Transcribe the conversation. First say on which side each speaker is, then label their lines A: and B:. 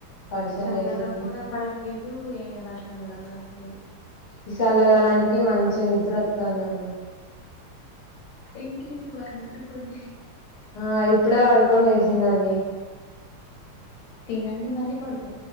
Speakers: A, on the left (about 35°); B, on the left (about 80°).
A: పడిసలు
B: చల్లగా
A: లేసింది
B: కూడా పడట్లేదు ఏ వర్షం కూడా పడట్లేదు.
A: ఈ చల్లదనానికి మంచి నిద్ర వస్తుందండి
B: ఎంక ఏంటిడి బ నిత్రపోంలి
A: ఆ ఇప్పుడే వాడుకొని వసిందండి
B: తినండి మల్ళీ పడుకు